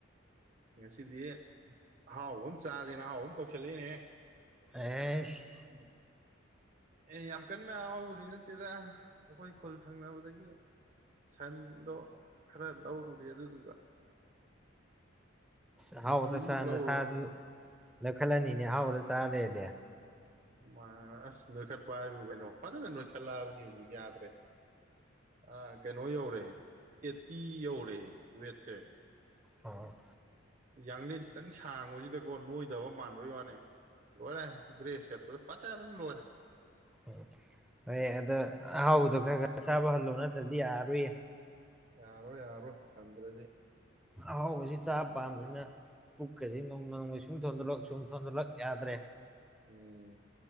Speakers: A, on the right; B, in the centre.
A: ꯉꯁꯤꯗꯤ ꯑꯍꯥꯎꯕ ꯑꯃ ꯆꯥꯖꯦꯅ ꯑꯍꯥꯎꯕ ꯑꯃ ꯇꯧꯁꯜꯂꯤꯅꯦ
B: ꯑꯦꯁ
A: ꯎꯝ ꯑꯦ ꯌꯥꯝ ꯀꯟꯅ ꯑꯍꯥꯎꯕꯗꯤ ꯅꯠꯇꯦꯗ ꯑꯩꯈꯣꯏ ꯈꯨꯜ ꯊꯪꯅꯕꯗꯒꯤ ꯁꯟꯗꯣ ꯈꯔ ꯂꯧꯔꯨꯔꯦ ꯑꯗꯨꯗꯨꯒ
B: ꯑꯍꯥꯎꯕꯗ
A: ꯀꯦꯖꯤ ꯑꯃꯨꯛ
B: ꯆꯥꯅ
A: ꯂꯧꯔꯨꯔꯦ
B: ꯅꯥꯁꯥꯥꯗꯨ ꯅꯣꯏꯈꯠꯂꯛ ꯑꯅꯤꯅꯦ ꯑꯍꯥꯎꯕꯗ ꯆꯥꯔ ꯂꯩꯔꯥꯗꯤ
A: ꯃꯟꯅꯦ ꯃꯟꯅꯦ ꯅꯣꯏꯈꯠꯄ ꯍꯥꯏꯕꯨ ꯀꯩꯅꯣ ꯐꯖꯅ ꯅꯣꯏꯈꯠꯂꯕꯥꯅꯤ ꯍꯧꯖꯤꯛ ꯌꯥꯗ꯭ꯔꯦ ꯑ ꯀꯩꯅꯣ ꯌꯧꯔꯦ ꯑꯦꯠꯇꯤ ꯌꯧꯔꯦ ꯋꯦꯠꯁꯦ
B: ꯑꯣ
A: ꯌꯥꯡꯂꯦꯟ ꯈꯤꯇꯪ ꯁꯥꯡꯕꯖꯤꯗꯀꯣ ꯅꯣꯏꯗꯕ ꯃꯥꯟꯕꯥꯏ ꯋꯥꯅꯦ ꯂꯣꯏꯔꯦ ꯗ꯭ꯔꯦꯁ ꯁꯦꯠꯄꯗ ꯐꯖꯕꯅꯥ ꯂꯣꯏꯔꯦ
B: ꯑꯣ ꯍꯣꯏ ꯑꯗ ꯑꯍꯥꯎꯕꯗꯣ ꯈꯔ ꯈꯔ ꯆꯥꯕ ꯍꯜꯂꯣ ꯅꯠꯇ꯭ꯔꯗꯤ ꯌꯥꯔꯔꯣꯏꯌꯦ
A: ꯌꯥꯔꯣꯏ ꯌꯥꯔꯣꯏ ꯍꯟꯗ꯭ꯔꯗꯤ
B: ꯑꯍꯥꯎꯕꯥꯖꯦ ꯆꯥ ꯄꯥꯝꯕꯅꯤꯅꯥ ꯄꯨꯛꯀꯥꯖꯦ ꯅꯣꯡꯃ ꯅꯣꯡꯃꯒꯤ ꯁꯨꯝ ꯊꯣꯟꯗꯣꯔꯛ ꯁꯨꯝ ꯊꯣꯟꯗꯣꯔꯥꯛ ꯌꯥꯗ꯭ꯔꯦ
A: ꯎꯝ